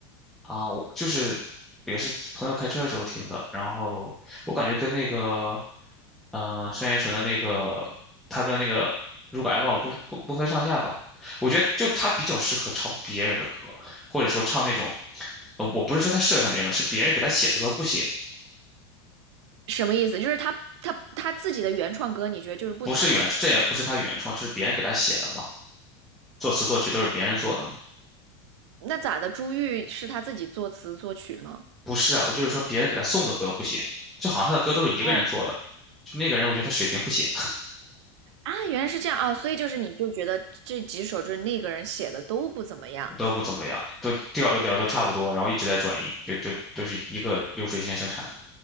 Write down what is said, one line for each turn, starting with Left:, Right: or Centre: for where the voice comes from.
Centre: 啊，我就是也是朋友开车的时候听的，然后我感觉跟那个，嗯、单依纯的那个，他跟那个如果爱忘了不不不分上下吧。我觉得就他比较适合唱别人的歌，或者说唱那种呃，我不是说他设唱成的歌，是别人给他写的歌不行，
Right: 什么意思？就是他他他自己的原创歌，你觉得就是不怎么好听？
Centre: 不是原，这也不是他原创，就是别人给他写的嘛，作词作曲都是别人做的嘛。
Right: 那咋的？朱玉是他自己作词作曲吗？
Centre: 不是啊，我就是说别人给他送的歌不行，就好像他的歌都是一个人做的，
Right: 哦，
Centre: 就那个人我觉得他水平不行，
Right: 啊，原来是这样啊，所以就是你就觉得这几首就是那个人写的都不怎么样。
Centre: <laughs> 都不怎么样，都调着调都差不多，然后一直在转音，就就都是一个流水线生产的，